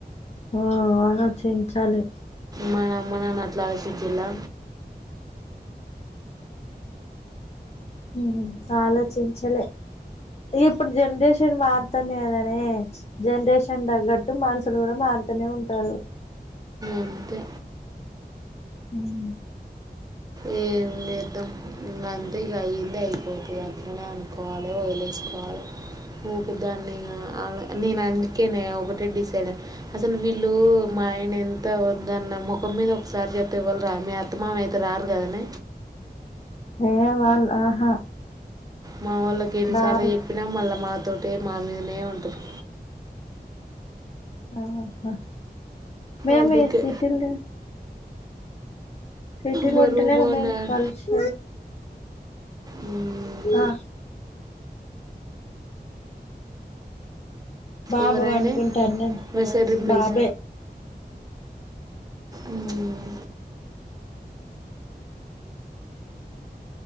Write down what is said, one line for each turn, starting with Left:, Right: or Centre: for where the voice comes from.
Left: ఓ ఆలోచించాలి.
Right: మన అమ్మ నాన్న అట్ల ఆలోచించిండా.
Left: మ్! ఆలోచించలే, ఇప్పుడు జనరేషన్ మారుతు కన్ గదనే జనరేషన్ తగ్గట్టు మనుషులు కూడా మారుతూనే ఉంటారు.
Right: అంతే.
Left: మ్!
Right: ఏ చేద్దాం మరి అంతేగ అయ్యింది అయిపోతుంది అతనే అనుకోవాలి వదిలే. రాలే ఊక దాన్ని నేను అందుకేనే ఒకటే డిసైడయ్యా అసలు వీళ్ళు. ఆయన ఎంత వద్దన్న ముఖం మీద ఒకసారి చెప్తే ఎవ్వళ్ళు రారూ మీ అత్తా, మామఅయితే రా గదనే
Left: హే వాల్ ఆహా
Right: మా ఓళ్ళకి ఎన్నిసార్లు
Left: దారు
Right: ఎప్పినా మళ్ళ మాతోటే మా మీదనే ఉంటరు.
Left: ఆహా మేము
Right: అందుకే
Left: ఈ సీటీల సిటీలో
Right: మా
Left: ఉంటలేము
Right: రూమ్ ఓనర్
Left: మేముకాల్చి
Right: మ్మ్,
Left: ఆ బాబు
Right: ఎవరైన
Left: పండుకుంటా అన్నం
Right: మెసేజ్ రిప్లేస్
Left: బాబే
Right: ఉమ్
Left: <inaudible>